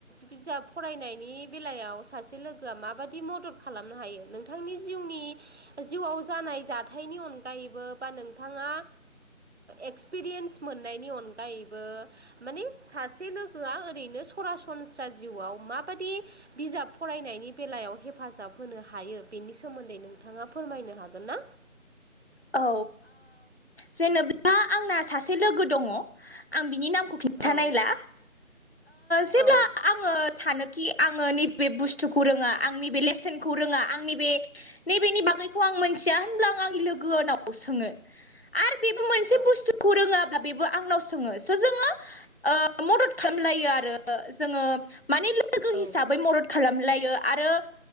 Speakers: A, on the right; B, on the left.
A: बिजाब फरायनायनि बेलायाव सासे लोगोआ माबादि मदद खालामनो हायो नोंथांनि जिउनि जिउआव जानाय जाथायनि अनगायैबो बा नोंथाङा एक्सपिरियेन्स मोननायनि अनगायैबो माने सासे लोगोआ ओरैनो सरासनस्रा जिउआव माबादि बिजाब फरायनायनि बेलायाव हेफाजाब होनो हायो बेनि सोमोन्दै नोंथाङा फोरमायनो हागोन ना
B: औ जेनेा आंना सासे लोगो दङ आं बिनि नामखौ खिन्थानायला
A: औ
B: जेब्ला
A: औ
B: आङो सानो कि आङो नैबे बुस्थुखौ रोङा आंनि बेे लेसेनखौ रोङा आंनि बे नैबेनि बागैखौ आं मोनथिया होनब्ला आं आंनि लोगनाव सोङो आरो बेबो मोनसे
A: औ
B: बुस्थु खौ रोङाब्ला बेबो आंनाव सोङो स जोङो मदद खालामलायो आरो जोङो माने लोगो
A: औ
B: हिसाबै मदद खालामलायो आरो